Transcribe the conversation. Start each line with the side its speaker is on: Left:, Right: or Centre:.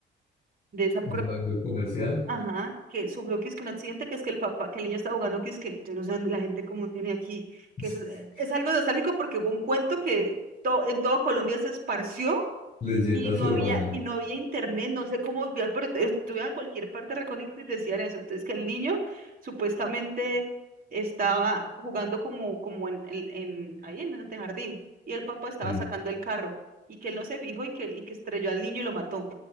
Right: de esa,
Left: Del ámbito comercial,
Right: Ajá, que sufrió que es que un accidente, que es que el papá, que el niño estaba jugando, que es que yo no sé dónde la gente como tiene aquí, que
Left: <laughs>
Right: eso eh, es algo nostálgico porque fue un cuento que to- en todo Colombia se esparció
Left: leyendas
Right: y no
Left: urbanas.
Right: había, y no había internet, no sé cómo, vio, pero estuve en cualquier parte recóndita y decían eso, entonces que el niño supuestamente estaba jugando como, como en, en, en- ahí en el jardín y el papá estaba
Left: Sí.
Right: sacando el carro y que él no se fijó y que, y que estrelló al niño y lo mató.